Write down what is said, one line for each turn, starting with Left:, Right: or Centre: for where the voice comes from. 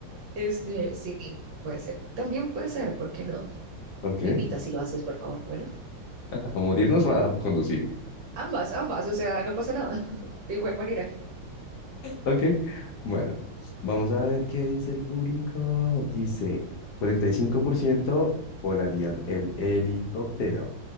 Right: Este, sí, puede ser. También puede ser, ¿por qué no?
Left: ¿Ok?
Right: Me invitas si lo haces, por favor. Bueno,
Left: ¿A morirnos o a conducir?
Right: ambas, ambas, o sea, no pasa nada. <laughs> De igual manera.
Left: Ok, bueno, vamos a ver qué dice el público. Dice, 45% volarían el helicóptero.